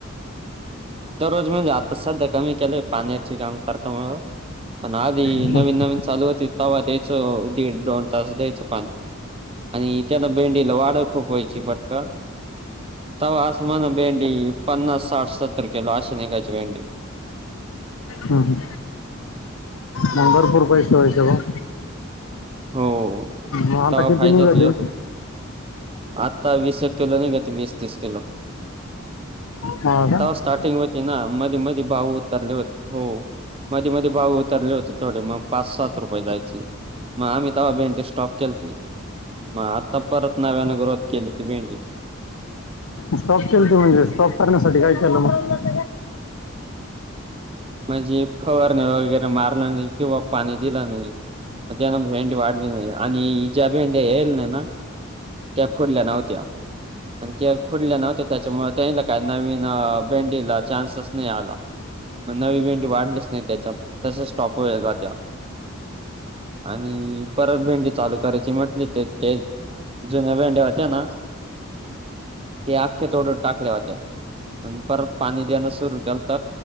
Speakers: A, on the right; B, on the left.
A: दररोज म्हणजे आता सध्या कमी केलय पाण्याचे काम करत मग पण आधी
B: हम्म.
A: नवीन नवीन चालू होती तवा द्यायच दीड, दोन तास द्यायचं पाणी. आणि त्यान भेंडीला वाड खूप व्हायची फक्त तवा आस म्हणा भेंडी ते पन्नास, साठ, सत्तर किलो आशन एकाची भेंडी
B: हम ह
A: हं,
B: नंबरपूर पैसे वये का?
A: हो,
B: म आता
A: तेव्हा
B: कीतीन
A: फायद्यात
B: जातील?
A: गेलतो. आता वीस एक किलो नाही का वीस, तीस किलो.
B: हा का
A: तवा स्टार्टिंग होती ना मध्ये मध्ये भाव उतरले होते. हो मध्ये मध्ये भाव उतरले होते थोडे मग पाच, सात रुपये जायचे. मग आम्ही तव्हा भेंडी स्टॉप केलती मग आता परत नव्यानें ग्रोथ केली ती भेंडी.
B: स्टॉप केलती म्हणजे स्टॉप करण्यासाठी काय केलं मग
A: म्हणजे फवारणे वगैरे मारलं नाही किंवा पाणी दिलं नाही म भेंडी वाढली नाही आणि हि ज्या भेंडी येल नाही ना त्या खोडल्या नव्हत्या आणि ते खुडले नव्हत्या त्याच्यामुळे त्याला काही नवीन बँंडीला चान्सस नाही आला मग नवींटी वाढलीस नाही त्याच्या तसच स्टॉप वल का त्या आणि परत भेंडी चालू करायची म्हटली ते ते जुन्या भेंढ्या होत्या ना ते आख्या तोडून टाकल्या होत्या. आणि परत पाणी देणं सुरू केलत.